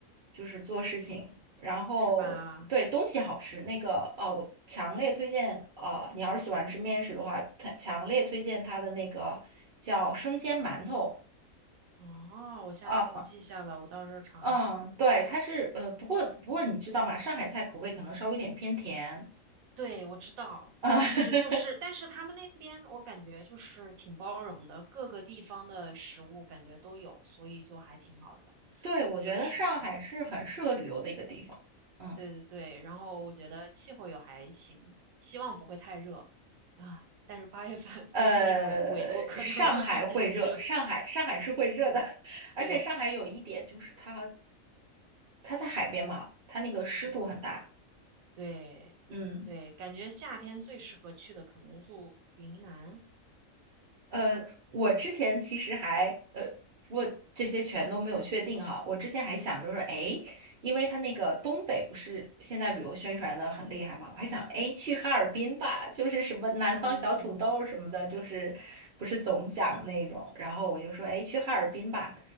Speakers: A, on the right; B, on the right.
A: 就是做事情。然后对东西好吃，
B: 是吧？
A: 那个啊、呃我强烈推荐啊、呃你要是喜欢吃面食的话，它强烈推荐它的那个叫生煎馒头。
B: 哦，我下我记下了，
A: 啊，
B: 我到时候尝一尝。
A: 嗯，对，它是呃，不过不过你知道吗？上海菜口味可能稍微有点偏甜
B: 对，我知道，
A: 啊。
B: 但是就是，
A: <laughs>
B: 但是他们那边我感觉就是挺包容的，各个地方的食物感觉都有，所以就还挺好的。
A: 对，我觉得上海是很适合旅游的一个地方。
B: 就是对
A: 嗯，
B: 对对对，然后我觉得气候也还行，希望不会太热啊。但是八月份 <laughs>
A: 呃，
B: 估计那个纬纬度可能会很热。
A: 上海会热，上海上海是会热的，
B: 对
A: <laughs> 而且上海有一点就是它
B: 对，
A: 它在海边嘛，它那个湿度很大。
B: 嗯。对，
A: 嗯。
B: 对，感觉夏天最适合去的可能就云南
A: 呃，
B: 或
A: 我之前其实还呃，我这些全都没有确定哈。我之前还想着说，
B: 嗯
A: 哎，因为他那个东北不是现在旅游宣传的很厉害嘛，我还想，哎，去哈尔滨吧，就是什么南方小土豆什么的，
B: 嗯，
A: 就是不是总讲那种。然后我就说，哎，去哈尔滨吧。